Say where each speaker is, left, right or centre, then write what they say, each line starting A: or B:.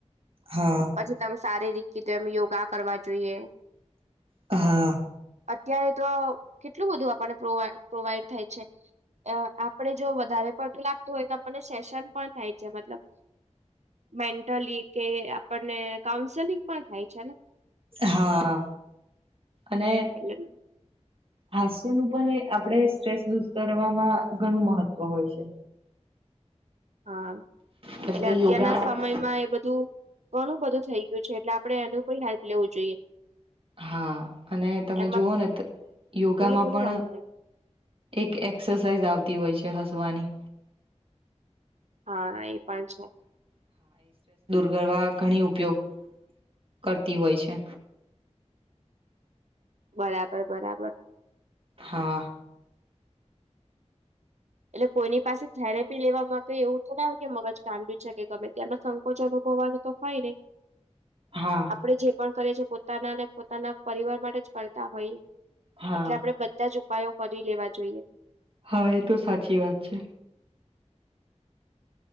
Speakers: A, on the right; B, on the right.
A: હા
B: પછી તમે સારી રી કે તો એમ યોગા કરવા જોઈએ
A: હા.
B: અત્યારે તો આ કેટલું બધું આપણને પ્રો પ્રોવાઈડ થાય છે. અ આપડે જો વધારે પડતું લાગતું હોય તો આપણને સેશન પણ થાય છે, મતલબ મેન્ટલી કે આપણને કાઉન્સેલિંગ પણ થાય છે, ને
A: હા અને
B: એટલે
A: હાસ્યનું પણ આપણે સ્ટ્રેસ દૂર કરવામાં ઘણું મહત્વ હોય છે.
B: હા
A: કેમ
B: એટલે
A: કે
B: અત્યારના
A: યોગામાં
B: સમયમાં એ બધું ઘણું બધું થઈ ગયું છે, એટલે આપડે એનું કોઈ હેલ્પ લેવું જોઈએ
A: હા અને તમે
B: એમાં
A: જોવો ને યોગામાં
B: બોલો બોલો
A: પણ
B: વાંધો નહી
A: એક એક્સરસાઇઝ આવતી હોય છે, હસવાની
B: હા એ પણ છે.
A: ગરવા ઘણી ઉપયોગ કરતી હોય છે.
B: બરાબર, બરાબર,
A: હા.
B: એટલે કોઈની પાસે થેરેપી લેવા એમાં તો એવું તો ના હોય કે મગજ ગાદુ છે, કે ગમે તેમાં સંકોચ અનુભવાનું તો હોય નય
A: હા
B: આપણેે જે પણ કરીએ પોતાનાને પોતાના પરિવાર માટે જ કરતા હોઈએ
A: હા
B: એટલે આપણેે બધા જ ઉપાયો કરી લેવા જોઈએ
A: હા એ તો સાચી વાત છે.